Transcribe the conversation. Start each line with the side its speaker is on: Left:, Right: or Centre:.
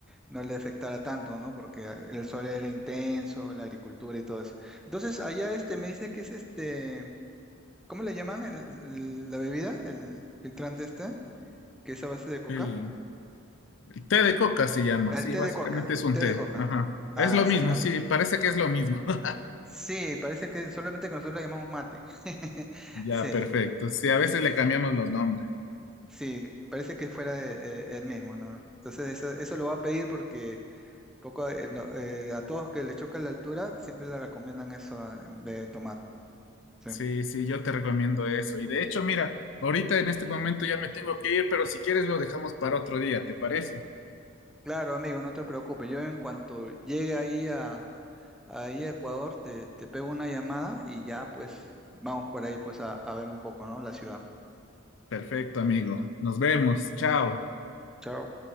Centre: no le afectara tanto, ¿no? Porque el sol era intenso, la agricultura y todo eso. Entonces, allá este me dice que es este, ¿cómo le llaman el- el- la bebida? El filtrante este, que es a base de coca.
Left: El, el té de coca se llama,
Centre: El
Left: sí,
Centre: té
Left: básicamente
Centre: de coca,
Left: es un té.
Centre: té de coca.
Left: Ajá. Es
Centre: Ah,
Left: lo
Centre: exactamente.
Left: mismo, sí, parece que es lo mismo. <laughs>
Centre: Sí, parece que solamente que nosotros lo llamamos mate. <laughs>
Left: Ya,
Centre: Sí,
Left: perfecto. Sí, a veces
Centre: ah,
Left: le cambiamos los nombres.
Centre: sí, parece que fuera eh, eh, el mismo, ¿no? Entonces eso, eso lo va a pedir porque poco eh, no, eh, a todos que le choca la altura siempre le recomiendan eso eh, de tomar. Sí.
Left: Sí, sí, yo te recomiendo eso. Y de hecho, mira, ahorita en este momento ya me tengo que ir, pero si quieres lo dejamos para otro día, ¿te parece?
Centre: Claro, amigo, no te preocupes. Yo en cuanto llegue ahí ahí a Ecuador, te, te pego una llamada y ya pues vamos por ahí pues a, a ver un poco, ¿no? La ciudad.
Left: Perfecto, amigo. Nos vemos. Chao.
Centre: Chao.